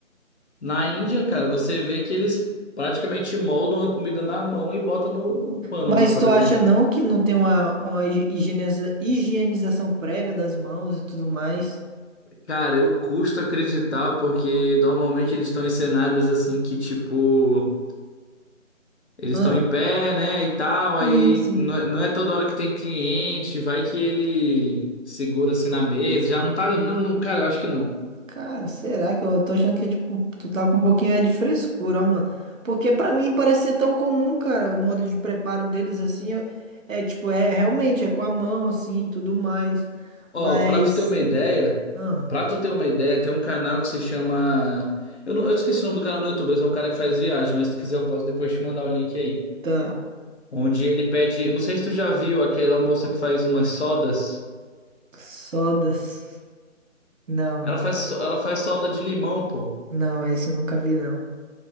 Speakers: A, on the left; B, on the right.
A: Na Índia, cara, você vê que eles praticamente moldam a comida na mão e botam no, no pano
B: Mas
A: lá, por
B: tu
A: exemplo.
B: acha não que não tem uma, uma hi- higieniza- higienização prévia das mãos e tudo mais?
A: Cara, eu custo acreditar porque normalmente eles estão em cenários assim que, tipo, eles
B: Ah,
A: estão em pé, né, e tal, aí
B: sim, sim.
A: não é, não é toda hora que tem cliente, vai que ele segura assim na mesa, já não tá ali. Não, não, cara, eu acho que não.
B: Cara, será que eu tô achando que é tipo, tu tá com um pouquinho é de frescura, ó, mano. Porque pra mim parece ser tão comum, cara, o modo de preparo deles assim, eu- é tipo, é realmente é com a mão assim, tudo mais.
A: Ó,
B: Mas
A: pra tu ter uma ideia,
B: ah,
A: pra tu ter uma ideia, tem um canal que se chama. Eu, não, eu esqueci o nome do canal do YouTube, mas é um cara que faz viagem, mas se tu quiser eu posso depois te mandar o link aí.
B: tá.
A: Onde ele pede. Não sei se tu já viu aquela moça que faz umas sodas.
B: Sodas. Não,
A: Ela
B: não.
A: faz, so- ela faz soda de limão, pô.
B: Não, esse eu nunca vi não.